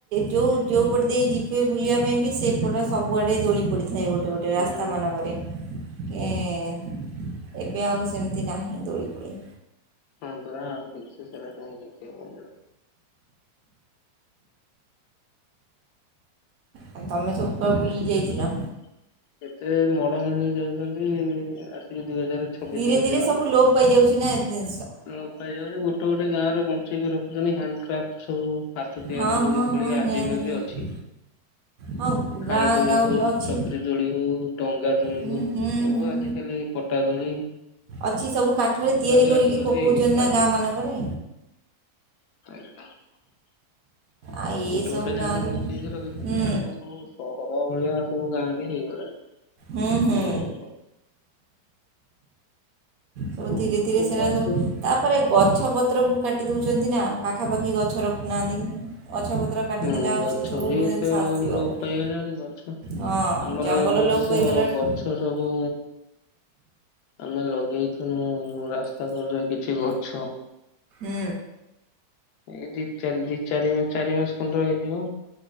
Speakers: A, on the right; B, on the left.
A: ଯୋଉ ଯୋଉ ପଟ ଦେଇ ଯିବେ ବୁଲିବା ପାଇଁ ବି ସେଇପଟ ସବୁଆଡ଼େ ଦୋଳି ପଡ଼ିଥା। ଥାଏ ଗୋଟେ ଗୋଟେ
B: ହୁଁ
A: ରାସ୍ତା ମାନଙ୍କରେ। ଏଁ ଏବେ ଆଉ ସେମିତି ନାହିଁ ଦୋଳି ଫୋଳି।
B: ହଁ ପରା ଆଉ କିଛି ସେରା ସବୁ ଦେଖିବାକୁ ମିଳୁନି।
A: ଆଉ ତମେ ସବୁ କୁଆଡ଼େ
B: ଧୀରେ
A: ବୁଲି
B: ଧୀରେ
A: ଯାଇଥିଲ
B: ସବୁ ଏତେ ମଡ଼ନ୍ ହେଇଯାଉଛନ୍ତି। <unintelligible> ଛବିଶ
A: ଧୀରେ
B: ମସିହା
A: ଧୀରେ ସବୁ
B: ହେଲାଣି।
A: ଲୋପ ପାଇଯାଉଛି ନା ଏ
B: ଲୋପ ପାଇାଯାଉଚି ଗୋଟେ ଗୋଟେ ଗାଁରେ ବଞ୍ଚେଇକି ରଖୁଚିନ୍ତି ହ୍ୟାଣ୍ଡ। କ୍ରାପ୍ଟ ସବୁ। ହାତ ତିଆରି
A: ହଁ
B: ଦୋଳି
A: ହଁ
B: ଫୋଳି
A: ହଁ
B: ଆଜିିବେ
A: ନିହାତି ନିହାତି
B: ଭି ଅଛି
A: ହଁ
B: ଖାଇ
A: ଗାଁ
B: ଦୋଳି
A: ଗାଉଁଲି
B: ହଉ
A: ଅଛି
B: ଚକ୍ରି ଦୋଳି ହଉ ଡଙ୍ଗା ଦୋଳି
A: ହୁଁ
B: ହଉ
A: ହୁଁ
B: ସବୁ
A: ହୁଁ
B: ଆଜିକାଲି ପଟା ଦୋଳି।
A: ଅଛି ସବୁ କାଠରେ
B: ତଥାପି
A: ତିଆରି କରି।
B: ଆଜିକାଲି
A: କରି ପକୋଉଚନ୍ତି
B: ଚାଲୁଛି
A: ନା ଗାଁ ମାନଙ୍କରେ।
B: <unintelligible>
A: ଆଉ
B: ଗୋଟେ
A: ଏସବୁ
B: ଗୋଟେ ଜାଗରେ
A: ଗାଁରେ
B: ବଞ୍ଚେଇକି ରଖିଛନ୍ତି
A: ହୁଁ
B: ଆଉ ସବୁ ସହର ଭଳିଆ। ସବୁ ଗାଁ ବି ହେଇଗଲାଣି।
A: ହୁଁ ହୁଁ।
B: ଧୀରେ ଧୀରେ।
A: ସବୁ
B: ହଁ
A: ଧୀରେ
B: ସବୁ
A: ଧୀରେ ସେଇରା
B: ଚାଲିଛି।
A: ସବୁ ତାପରେ ଗଛପତ୍ରକୁ କାଟି ଦେଉଛନ୍ତି ନା ଆଉ। ପାଖାପାଖି ଗଛ ରଖୁନାହାନ୍ତି। ଗଛପତ୍ର କାଟିଦେଲେ
B: ହୁଁ
A: ଆଉ
B: ଗଛ
A: ସେ ସବୁ
B: ବି ଏତେ
A: ଜିନିଷ
B: ଆଉ
A: ଆସିବ
B: ଲୋପ
A: କେଉଁଠୁ
B: ପାଇଗଲାଣି ଗଛ
A: ହଁ
B: ଆମର
A: ଜଙ୍ଗଲ
B: ଏ ବର୍ଷ
A: ଲୋପ ପାଇଗଲାଠୁ
B: ଗଛ ସବୁ। ଆମେ ଲଗେଇଥିଲୁ ରାସ୍ତା କଡ଼ରେ କିଛି ଗଛ।
A: ହୁଁ,
B: ଏଇ ଦି ଚାରି, ଦି ଚାରି ମାସ, ଚାରି ମାସ, ଖଣ୍ଡର ହେଇଯିବ।